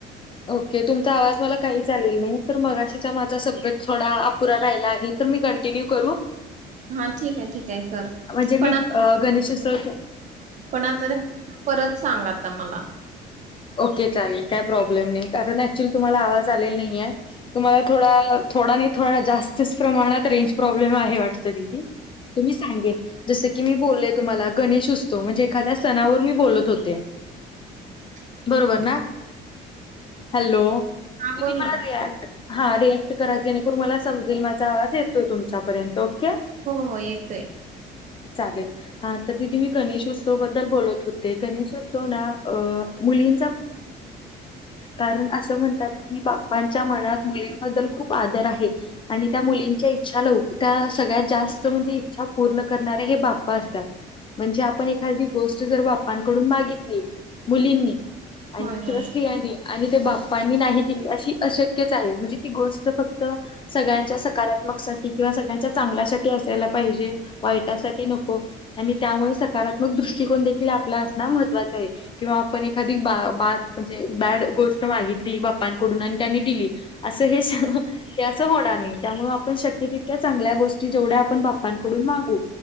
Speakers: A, on the left; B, on the right.
A: ओके तुमचा आवाज मला काही चालेल नाही तर मगाशीचा माझा सब्जेक्ट थोडा अपुरा राहिला आहे तर मी कंटिन्यू करू
B: हा ठीक आहे ठीक आहे कर
A: म्हणजे
B: पण
A: मी गशो सोज
B: पण आता परत सांग आता मला
A: ओके चालेल काय प्रॉब्लेम नाही कारण ऍक्च्युली तुम्हाला आवाज आलेला नाही आहे तुम्हाला थोडा थोडा नाही थोडा जास्तच प्रमाणात रेंज प्रॉब्लेम आहे वाटत तिथे सांगे जस की मी बोलले तुम्हाला गणेश उत्सव म्हणजे एखाद्या सणावर मी बोलत होते
B: <inaudible>
A: बरोबर ना हॅलो
B: हा
A: दिदी
B: बोल
A: मला
B: ना
A: रियाक्ट हा रिॲक्ट कराय जेणेकरून मला समजेल माझा आवाज येतोय तुमच्यापर्यंत ओके
B: हो हो येतोय
A: चालेल. हा तर तथ मी गणेशोत्सव बद्दल बोलत होते गणेशोत्सव ना मुलीं आण अस म्हणात बाच्या मनात मुब ख आ त्या मुलींच्या इच्छा ल सगळ्यात जास्त म्हणजे इच्छा पूर्ण करणारे हे बा बा् असतात म्हणजे आपण एखादी गोष्ट जर बाप्पांकडून मागितली मुलींनी आणि
B: होय होय
A: किंवा स्त्रियांनी आणि ते बाप् पाणी नाही दिली अशी अशक्यच आहे म्हणजे ती गोष्ट फक्त सगळ्यांच्या सकारात्मक साठी किंवा सगळ्यांच्या चांगल्यासाठी असायला पाहिजे वाईटासाठी नको आणि त्यामुळे सकारात्मक दृष्टिकोन देखील आपला असो महत्वाच आहे किंवा आपण एक एखादी बा बा म्हणजे बॅड गोष्ट मागितली बाप्पांकडून आणि त्यांनी दिली असं हे ते असं होणार नाही त्यामु आपण शक्य तितल्या चांगल्या गोष्टी जेवढ्या आपण बाप्पांकडून मागू